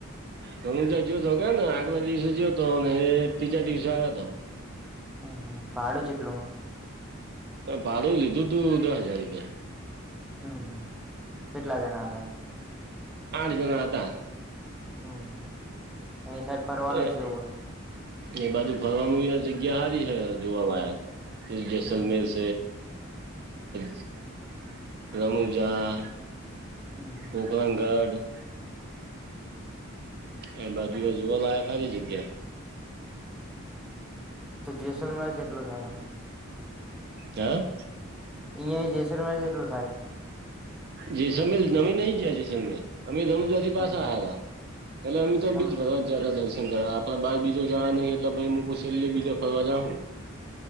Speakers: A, on the right (about 50°); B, in the centre.
A: રનુજા જ્યોતો <unintelligible> આગલા દિવસે જ્યો હતો અને એ ત્રીજા દિવસે આયો હતો.
B: હમ હમ ફાડો જેટલુ.
A: ભાડું લીધું તું દસ હજાર રૂપિયા.
B: હમ હમ કેટલા જણા હતા.
A: આઠ જના હતા.
B: અ હ એની સાડ ફરવાનું
A: એ
B: છે એવું હોય-
A: એ બાજુ ફરવાનું જગ્યા સારી છે જોવા માં જેસલમેર-
B: હોય
A: <unintelligible> રણુજા-
B: હમ
A: કોકરાગઢ- એ બાજુ જોવા લાયક સારી જગ્યા.
B: <inaudible> જેસલમેર જેટલું થાય
A: હે
B: એય જેસલમેર કેટલું થાય-
A: જેસલમેર અમે નહિ ગ્યા જેસલમેર અમે રણુજા-
B: હમ
A: પાસે આવ્યા હતા પલે અમી તો
B: આમ
A: બીજ- દર્શન કરવા આપડે બાર બીજે જવા નહી એટલે આપણે હુંકુસેલી બીજો ફરવા જાઉં-